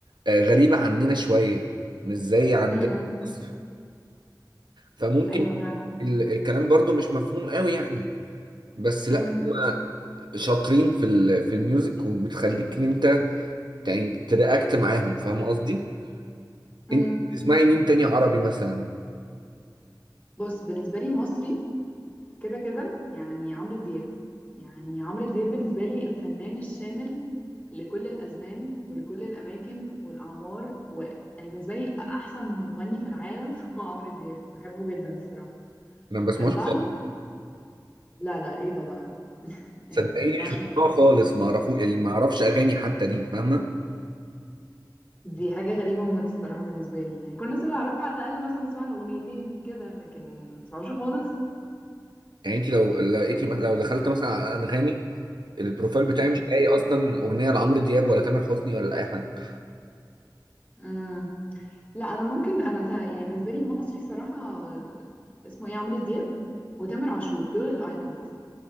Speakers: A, on the right (about 75°); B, on the left (about 20°).
A: آه غريبة عننا شوية مش زي عندنا
B: مم.
A: في مصر فممكن
B: ايوه فعلا
A: ال- الكلام برضو مش مفهوم قوي يعني بس
B: مم.
A: لا هما شاطرين في ال في الميوزك وبتخليك ان انت يعني ترياكت معاهم فاهم قصدي
B: مم.
A: انت بتسمعي مين تاني عربي مثلا
B: بص بالنسبه لي مصري كده كده يعني عمرو دياب يعني عمرو دياب بالنسبه لي الفنان الشامل لكل الازمان ولكل الاماكن والاعمار و... يعني بالنسبه لي احسن مغني في العالم <laughs> هو عمرو دياب بحبه جدا الصراحه
A: انا ما بسمعوش
B: من بعده
A: خالص
B: لا لا ايه ده بقى يعني
A: صدقيني
B: ما ينفعش
A: مش بسمعه
B: خالص.
A: خالص ما اعرفوش يعني ما اعرفش اغاني حتى دي فاهمه
B: دي حاجه غريبه موت الصراحه بالنسبه لي يعني كل الناس اللي اعرفها على الاقل مثلا بسمع له اغنيتين كده لكن ما بسمعوش خالص
A: يعني انت لو لقيتي مث- لو دخلت مثلا على انغامي البروفايل بتاعي مش لاقي اصلا اغنيه لعمرو دياب ولا تامر حسني ولا لاي حد
B: امم لا انا ممكن انا تا... يعني بالنسبه لي مصري الصراحه اسمه ايه عمرو دياب وتامر عاشور دول الايكونز